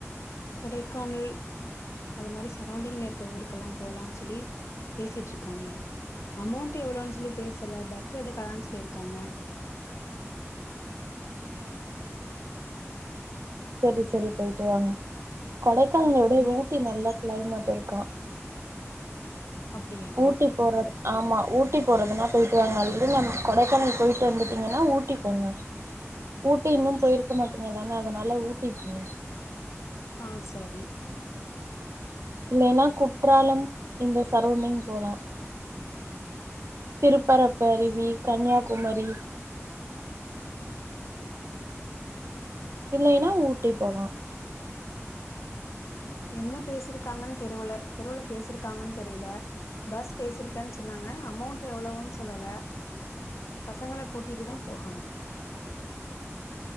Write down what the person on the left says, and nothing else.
கொடைக்கானல் அது மாதிரி சரௌண்டிங்கில் இருக்கிற ஊருக்கெல்லாம் போகலான்னு சொல்லி பேசட்டுருக்காங்க அமௌண்ட் எவ்ளவுன்னு சொல்லி பேசல பஸ் எடுக்கலாம்னு சொல்லி இரு இருக்காங்க
நீ
அப்படியா?
ஆ சரி
என்ன பேசிருக்காங்கனு தெருவுல தெருவுல பேசிருக்காங்கனு தெரியல பஸ் பேசிருக்கேனு சொன்னாங்க அமௌண்ட் எவ்வளவுன்னு சொல்லல பசங்கள கூட்டிட்டுதான் போகணும்